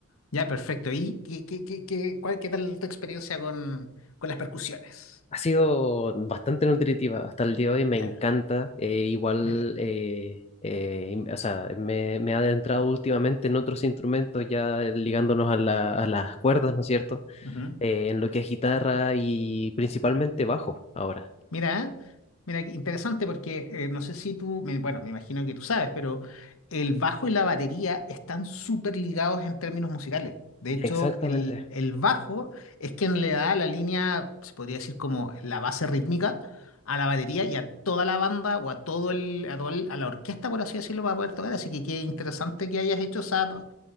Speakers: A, on the left (about 70°); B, on the left (about 30°).
A: Ya, perfecto. ¿Y qué, qué, qué, qué, cuál, qué tal tu experiencia con, con las percusiones?
B: Ha sido bastante nutritiva hasta el día de hoy, me
A: Ya,
B: encanta. eh, igual,
A: mira.
B: eh, eh, in- o sea, me, me he adentrado últimamente en otros instrumentos ya ligándonos a la- a las cuerdas, ¿no es cierto?
A: Ujú.
B: Eh, en lo que es guitarra y principalmente bajo ahora.
A: Mira, mira, qué interesante porque eh, no sé si tú, me- bueno, me imagino que tú sabes, pero el bajo y la batería están súper ligados en términos musicales. De hecho,
B: Exactamente,
A: el, el bajo es quien le da la línea, se podría decir como la base rítmica a la batería y a toda la banda o a todo el, a, todo el- a la orquesta, por así decirlo, para poder tocar. Así que qué interesante que hayas hecho esa,